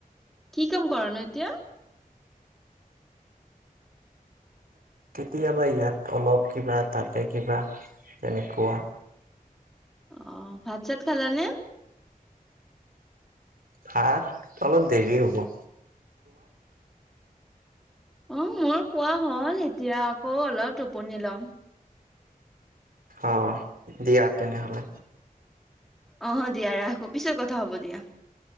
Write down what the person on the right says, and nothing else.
কেতিয়াবা ইয়াত অলপ কিবা তাতে কিবা তেনেকুৱা।
ভাত অলপ দেৰি হ'ব '?
অ দিয়া তেনেহলে